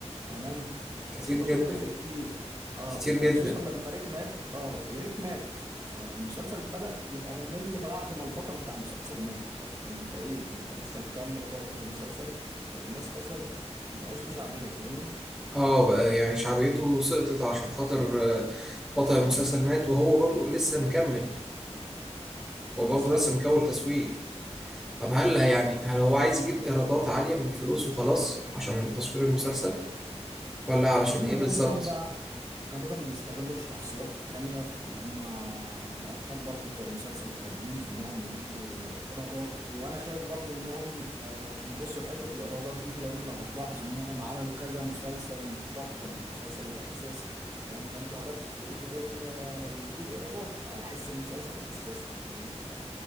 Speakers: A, on the right; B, in the centre.
A: تمام
B: كتير
A: يعني 11
B: جدا
A: جزء كتير اه
B: كتير
A: وخصوصا
B: جدا
A: لما ريك مات اه وريك مات فالمسلسل بدأ يبقى ممل بعد ما البطل بتاع المسلسل مات طب انت ايه انت لسه مكمل برضه في المسلسل طب الناس اصلا ما بقاش له شعبية فاهمني
B: اه بقى يعني شعبيته سقطت عشان خاطر آه، بطل المسلسل مات وهو برضو لسه مكمل هو
A: بالظبط
B: برضو لسه مكول
A: يعني
B: تصوير
A: فاهم
B: طب هل
A: اه
B: يعني هل هو عايز يجيب ايرادات عالية من الفلوس وخلاص عشان تصوير المسلسل ولا علشان
A: هم
B: ايه
A: غالبا
B: بالظبط
A: بقى غالبا بيستغلوا الشخصيات التانية في اللي هم الأبطال برضو بتوع المسلسل التانيين في إنهم يجيبوا إيرادات وأنا شايف برضو إنهم آه بيبصوا لحتة الإيرادات دي لأن لو هتلاحظ إنهم عملوا كذا مسلسل مشتق من المسلسل الأساسي تمام فأنتوا هدفكم إيه غير إن آه، يجيبوا إيرادات على حس المسلسل الأساسي فاهمني؟